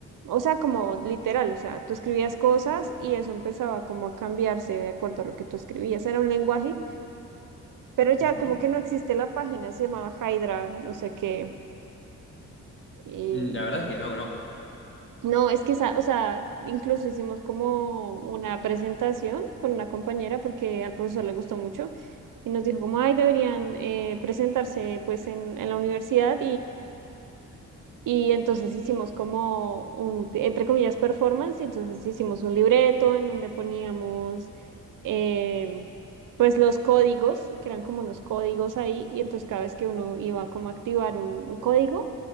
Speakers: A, on the right; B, on the left.
A: O sea, como literal, o sea, tú escribías cosas y eso empezaba como a cambiarse de acuerdo a lo que tú escribías. Era un lenguaje pero ya
B: Ujú.
A: como que no existe la página, se llamaba Hydra, no sé qué. Y
B: Mm, La verdad es que no conozco.
A: no, es que, esa- o sea, incluso hicimos como una presentación con una compañera porque al profesor le gustó mucho y nos dijo como, ay, deberían eh, presentarse pues en, en la universidad Y entonces hicimos como un, entre comillas, performance, y entonces hicimos un libreto en donde poníamos eh, pues los códigos, que eran como unos códigos ahí, y entonces cada vez que uno iba como a activar un, un código,